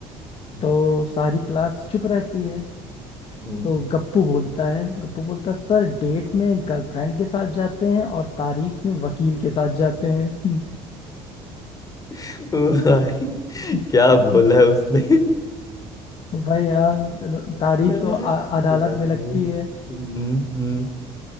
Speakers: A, on the left; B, on the left.
A: हम्म,
B: तो सारी क्लास चुप रहती है
A: हम्म।
B: तो गप्पू बोलता है गप्पू बोलता है सर डेट में गर्लफ्रेंड के साथ जाते हैं और तारीख में वकील के साथ जाते हैं
A: <laughs> भाई
B: <laughs>
A: क्या बोला है उसने
B: भाई यहाँ तारीख
A: <laughs>
B: तो आ, अदालत
A: यार,
B: में लगती है
A: हम्म, हम्म।